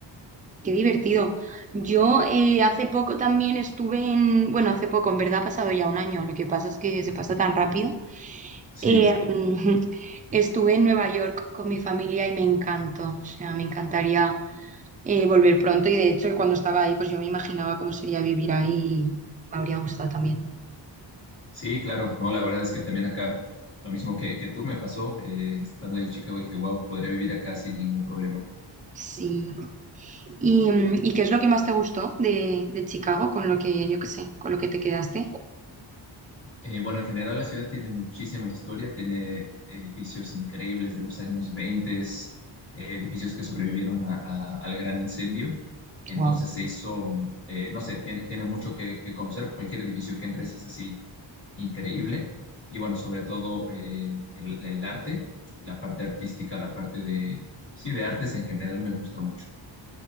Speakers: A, on the right (about 20°); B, on the left (about 30°).
A: qué divertido. Yo eh, hace poco también estuve en, bueno, hace poco, en verdad ha pasado ya un año, lo que pasa es que se pasa tan rápido.
B: Sí,
A: Em, <laughs> estuve en Nueva York con mi familia y me encantó, o sea, me encantaría eh, volver pronto y de hecho cuando estaba ahí pues yo me imaginaba cómo sería vivir ahí y me habría gustado también.
B: sí, claro. No, la verdad es que también acá, lo mismo que, que tú me pasó, eh, estando ahí en Chicago, dije, wow, podría vivir acá sin ningún problema.
A: Sí. ¿Y, mm, ¿y qué es lo que más te gustó de, de Chicago con lo que, yo qué sé, con lo que te quedaste?
B: Eh, bueno, en general la ciudad tiene muchísima historia, tiene edificios increíbles de los años 20, edificios que sobrevivieron a- a- al gran incendio. Entonces
A: Wow.
B: se hizo, mm, eh, no sé, tiene, tiene mucho que, que conocer. Cualquier edificio que entres es así increíble. Y bueno, sobre todo eh, el, el arte, la parte artística, la parte de, sí, de artes en general me gusta mucho.